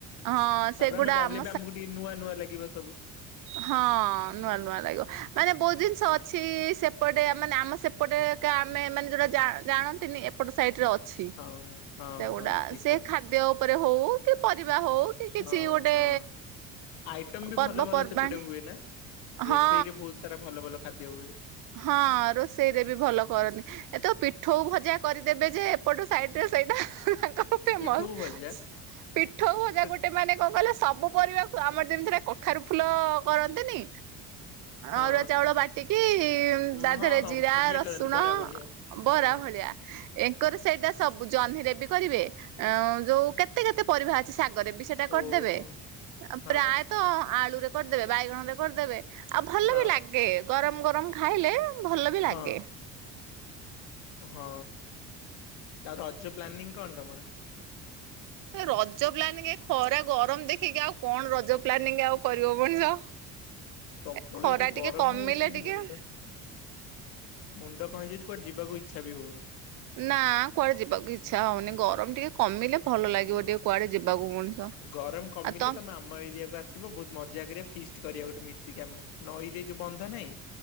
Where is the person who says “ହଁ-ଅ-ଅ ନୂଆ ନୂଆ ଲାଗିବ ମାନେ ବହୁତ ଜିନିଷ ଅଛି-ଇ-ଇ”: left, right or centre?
Right